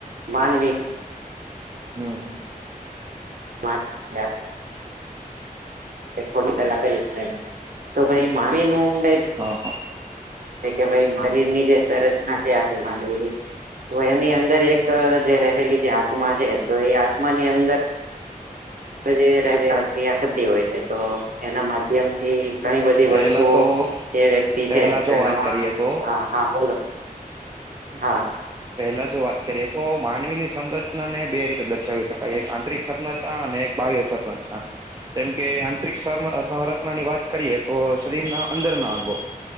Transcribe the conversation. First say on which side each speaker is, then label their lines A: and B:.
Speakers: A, on the right; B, on the right.
A: માનવી.
B: હમ.
A: હ <unintelligible> થોડી સાર કરીશ એ તો ભાઈ મામ ન <unintelligible>
B: હા હા.
A: એ કે ભઈ મારી ની રે સરસ. હ છે આખી માનવીની તો એની અંદર એક જે રહેલી જે આત્મા છે. તો એ આત્માની અંદર જે પ્રક્રિયા થતી હોય છે તો એના માધ્યમથી <unintelligible> ઘણી બધી
B: પહેલા
A: વસ્તુઓ
B: તો
A: એ વ્યક્તિ
B: પહેલા
A: છે તો
B: જો
A: એનામાં
B: વાત કરીએ તો
A: હા હા બોલો હા
B: પહેલા જો વાત કરીએ તો માનવી ની સંરચના ને બે રીતે દર્શાવી શકાય એક આંતરિક સંરચ ચા અને એક બાહ્ય સંરચના. એમ કે આંતરિક સરમ સંરચનાની વાત કરીએ તો શરીરના અંદરના અંગો.